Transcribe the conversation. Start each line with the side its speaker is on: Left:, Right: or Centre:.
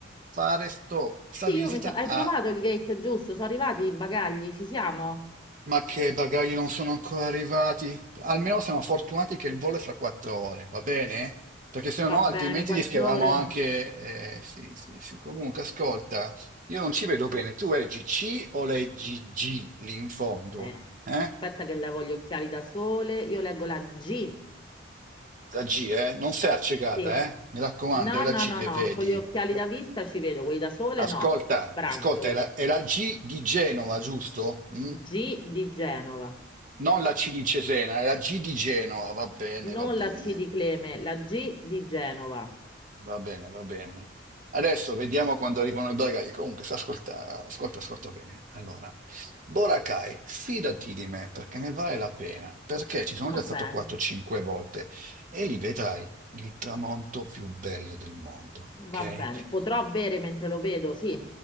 Right: fare sto, sta
Left: Sì,
Right: visita
Left: io mi so... Hai
Right: a
Left: trovato il gate giusto? Sono arrivati i bagagli? Ci siamo?
Right: Ma che i bagagli non sono ancora arrivati? Almeno siamo fortunati che il volo è fra quattro ore, va bene? Perché se
Left: Va
Right: no,
Left: bene,
Right: altrimenti
Left: quattro
Right: rischiavamo
Left: ore.
Right: anche. eh, sì, sì, sì. Comunque, ascolta, io non ci vedo bene. Tu leggi C o leggi G lì in fondo?
Left: Eh,
Right: Eh?
Left: aspetta che levo gli occhiali da sole. Io leggo la G.
Right: La G, eh? Non sei accecata,
Left: Sì.
Right: eh? Mi raccomando,
Left: No,
Right: è la
Left: no,
Right: G
Left: no,
Right: che
Left: no,
Right: vedi.
Left: con gli occhiali
Right: La-
Left: da vista ci vedo, quelli da sole
Right: Ascolta,
Left: no. Brantolo.
Right: ascolta, è la, è la G di Genova, giusto? Mm?
Left: G di Genova.
Right: Non la C di Cesena, è la G di Genova, va bene, va
Left: Non
Right: bene.
Left: la C di Cleme, la G di Genova.
Right: Va bene, va bene. Adesso vediamo quando arrivano i bagagli. Comunque, sta ascolta, ascolta, ascolta bene. Allora, Boracay, fidati di me perché ne vale la pena, perché ci sono già
Left: Va
Right: stato
Left: bene,
Right: 4-5 volte e lì vedrai il tramonto più bello del mondo,
Left: va
Right: ok?
Left: bene. Potrò bere mentre lo vedo, sì,